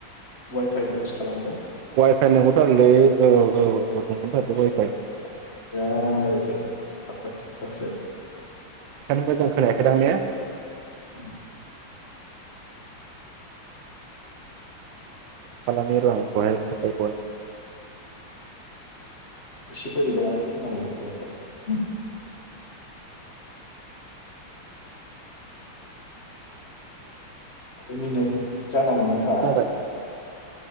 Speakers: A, on the left (about 35°); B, on the right (about 75°).
A: वाइफाइ इउस खालामदों?
B: वाइफाइ नंखाथारगौलै औ औ
A: गैया वाइफाइआ थाबथा थुबथासो
B: बेखायनो मोजां खोनायाखैदां ने?
A: उम।
B: अफ खालामनिर' आं वाइफाइखौहाय
A: इसि बोरैबा खोनायो वाइफाइ <unintelligible> जानांगौमोन रा।
B: खोनाबाय